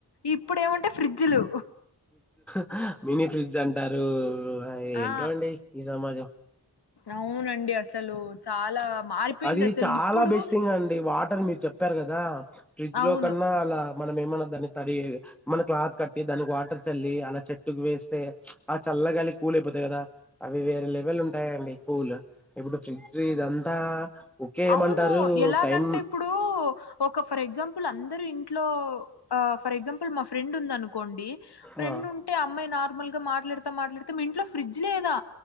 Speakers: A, on the left; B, in the centre.
A: ఇప్పుడు ఏమంటే ఫ్రీడ్జులు
B: ఆ మినీ ఫ్రిడ్జ్ అంటారు ఏంటో
A: అ
B: అండి ఈ సమాజం
A: అవునండి అసలు చాలా మారిపోయింది
B: అది
A: అసలు
B: చాలా
A: ఇప్పుడు
B: బెస్ట్ థింగ్ అండి వాటర్ మీర్ చెప్పారు కదా ఫ్రిడ్జ్
A: అవును
B: లో కన్నా అలా మనం ఏమన్నా దాన్ని తరి మన క్లాత్ కట్టి దానికి వాటర్ చల్లి అలా చెట్టుకు వేస్తే అ చల్లగాలికి కూల్ అయిపోతాయి కదా అవి వేరే లెవెల్ ఉంటాయండి కూల్ ఇప్పుడు ఫ్రిడ్జ్ ఇదంతా ఓకే
A: అవును
B: ఏమంటారు
A: ఎలాగంటే
B: టైం
A: ఇప్పుడు ఒక ఫర్ ఎగ్జాంపుల్ అందరూ ఇంట్లో అ ఫర్ ఎక్సంపిల్ మా ఫ్రెండ్ ఉందను కోండి ఫ్రెండ్
B: ఆ
A: ఉంటే అమ్మాయి నార్మల్ గా మాట్లాడతా మాట్లాడతా మీ ఇంట్లో ఫ్రిడ్జ్ లేదా